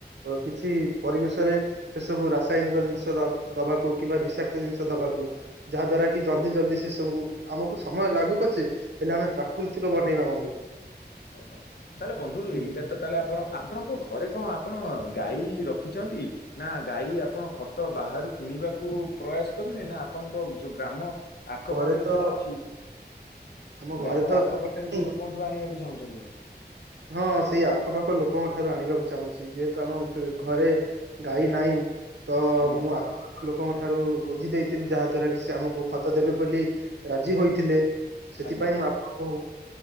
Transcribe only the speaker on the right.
କିଛି ପରିବେଶରେ ସେସବୁ ରାସାୟନିକ ଜିନିଷ <unintelligible> ଦବାକୁ କିମ୍ବା ବିଷାକ୍ତ ଜିନିଷ ଦବାକୁ ଯାହା ଦ୍ଵାରା କି ଜଲଦି ଜଲଦି ସେ ସବୁ ଆମକୁ ସମୟ ଲାଗୁ ପଛେ ହେଲେ ଆମେ ପ୍ରାକୃତିକ ବନେଇବା ବନ୍ଧୁ।
ହୁଁ।
ଘରେ
ତ
ଆମ ଘରେ
ତ
ଗାଡି ନାହିଁ
ହଁ ସେଇ ଆଖପାଖ ଲୋକଙ୍କ ଠାରୁ ଆଣିବାକୁ ଚାହୁଁଚି। ଯେହେତୁ ଆମ ଘରେ ଗାଈ ନାହିଁ ତ
ମୁଁ ଆଖପାଖ ଲୋକଙ୍କ ଠାରୁ ବୁଝି ଦେଇ ଥିଲି। ଯାହା ଦ୍ଵାରା କି ସେ ଆମକୁ ଖତ ଦେବେ ବୋଲି ରାଜି ହୋଇଥିଲେ। ସେଥିପାଇଁ
ମୁଁ ଆପଣ ଙ୍କୁ